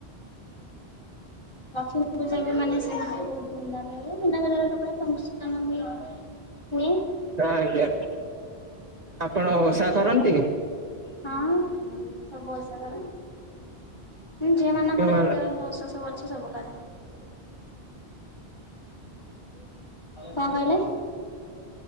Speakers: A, on the left (about 25°); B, on the right (about 40°).
A: ଲକ୍ଷ୍ମୀ ପୂଜା ବି ମାନେ ସେମିତି ବହୁତ ଧୁମଧାମ ରେ ହୁଏ ମୀନା ବଜାର <unintelligible> ଫଙ୍କସନ ବି ହୁଏ।
B: ହଁ ଆଜ୍ଞା ଆପଣ ଓଷା କରନ୍ତି?
A: ହଁ ସବୁ ଓଷା କରେ, ଝିଅମାନଙ୍କର
B: ହଁ
A: ଯେତେଯାକ ଓଷା ସ ବୁ ଅଛି ସବୁ କରେ। କଣ କହିଲେ?